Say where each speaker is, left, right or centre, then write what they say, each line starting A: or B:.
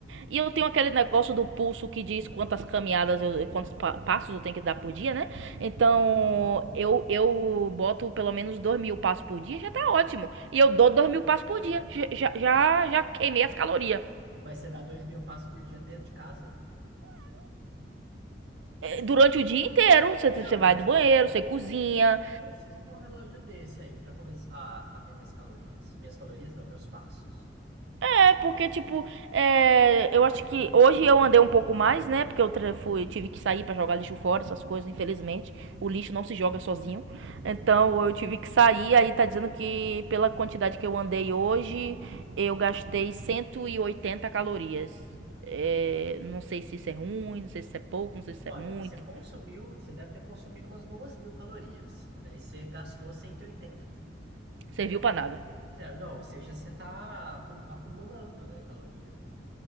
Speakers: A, on the right; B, on the right.
A: E eu tenho aquele negócio do pulso que diz quantas caminhadas eu, quantos pa passos eu tenho que dar por dia, né? Então eu, eu boto pelo menos dois mil passos por dia, já tá ótimo. E eu dou dois mil passos por dia, já, já, já queimei as calorias.
B: Mas você dá dois mil passos por dia dentro de casa?
A: Durante o dia inteiro, você, você
B: Não, eu
A: vai
B: acho
A: do banheiro,
B: que eu, te- <laughs>
A: você cozinha,
B: eu também. Eu preciso de um relógio desse aí para começar a ver minhas calorias. Minhas calorias não, meus passos.
A: É porque, tipo, é, eu acho que hoje eu andei um pouco mais, né? Porque eu fui, tive que sair pra jogar lixo fora, essas coisas, infelizmente. O lixo não se joga sozinho. Então eu tive que sair, aí tá dizendo que pela quantidade que eu andei hoje, eu gastei 180 calorias. É, não sei se isso é ruim, não sei se isso é pouco, não sei se isso
B: Olha,
A: é muito.
B: você consumiu, você deve ter consumido umas duas mil calorias. E daí você gastou cento e oitenta né?
A: Serviu pra nada.
B: Zé, Não, ou seja, você está acumulando, né, caloria.